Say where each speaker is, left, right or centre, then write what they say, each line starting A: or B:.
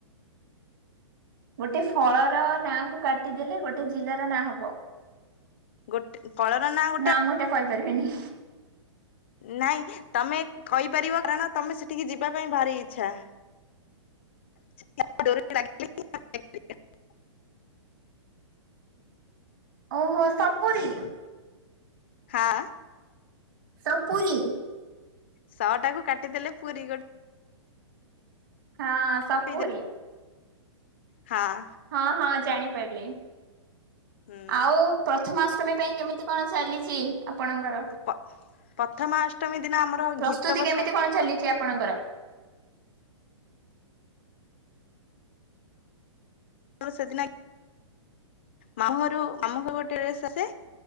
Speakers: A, on the right; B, on the left.
A: ଗୋଟେ ଫଳର ନାଁ କୁ କାଟିଦେଲେ, ଗୋଟେ ଜିଲ୍ଲାର ନାଁ ହବ।
B: ଗୋଟେ, କଳର ନାଁ ଗୋଟେ
A: ନା ମୁଁ ଏଇଟା କହିପାରିବିନି
B: ନାଇଁ ତମେ କହିପାରିବ, କାରଣ ତମେ ସେଠିକି ଯିବା ପାଇଁ ଭାରି ଇଚ୍ଛା। <inaudible>
A: ଓହୋ, ସପୁରୀ।
B: ହଁ।
A: ସପୁରୀ।
B: ଶ ଟାକୁ କାଟିଦେଲେ, ପୁରୀ ଗ
A: ହଁ, ସପୁରି।
B: ଗୋଟେ ହେଇଯାଏ
A: ହଁ, ହଁ ଜାଣିପାରିଲି।
B: ହଁ
A: ଆଉ ପ୍ରଥମା ଅଷ୍ଟମୀ ପାଇଁ, କେମିତି କଣ ଚାଲିଛି? ଆପଣଙ୍କର,
B: ହୁଁ ପ୍ରଥମାଷ୍ଟମୀ ଦିନ ଆମର
A: ପ୍ରସ୍ତୁତି
B: ଘିତ ବସା
A: କେମିତି କଣ ଚାଲିଛି? ଆପଣଙ୍କର।
B: ତ ସେଦିନାକୀ, ମାମୁଘରୁ, ମାମୁଘରୁ ଗୋଟେ ଡ୍ରେସ୍ ଆସେ